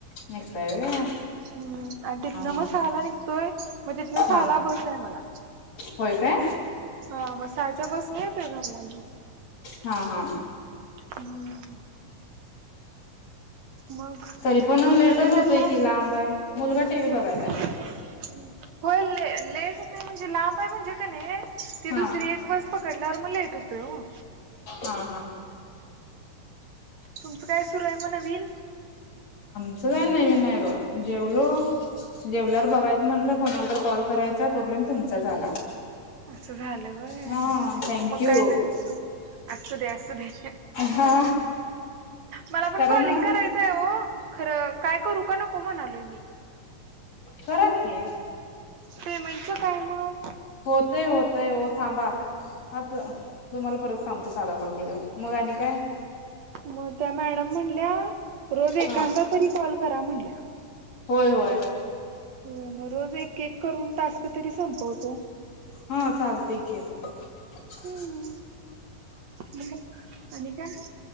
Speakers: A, on the left; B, on the right.
A: निघताय होय?
B: हम्म आणि तिथनं
A: हा
B: मग सहाला निघतोय मग तिथनं सहाला
A: हा
B: बसय हाय मला.
A: होय काय?
B: हा मग सहाच्या बसने येतोय घरला.
A: हा हा
B: हम्म. मग
A: तरी पण
B: मुलगा
A: लेटच
B: काय
A: होतय
B: करलाय?
A: की लांब आहे मुलगा टीव्ही बघायलाय
B: कोलेट <unintelligible> ते म्हणजे लांब आहे म्हणजे का नाही, ती
A: हा
B: दुसरी एक बस पकडल्यावर मग लेट होतंय हॊ.
A: हा हा.
B: तुमचं काय सुरू आहे मग नवीन?
A: अस काय नवीन नाही बघा, जेवलो जेवल्यावर बघायच म्हणलं कोणाला? कॉल करायचा तोपर्यंत तुमचाच आला.
B: असं झालं वय
A: हा थँक्यू
B: मग काय ना. अससू दे अससू दे.
A: हा
B: मला
A: कारण
B: पण कॉलिंग करायचंय हो खरं काय करू का नको म्हणालोय मी?
A: कराकी.
B: पेमेंटच काय मम?
A: होतय होतय हो थांबा. तुम्हाला परत सांगतो साधा कॉल केलावर, मग आणि काय?
B: म त्या मॅडम म्हणल्या रोज एखांदा
A: हा
B: तरी कॉल करा म्हणल्या.
A: होय होय.
B: हो म रोज एक एक करून टास्क तरी संपवतो.
A: हा चालतय की, <inaudible>
B: हम्म मग आणि काय?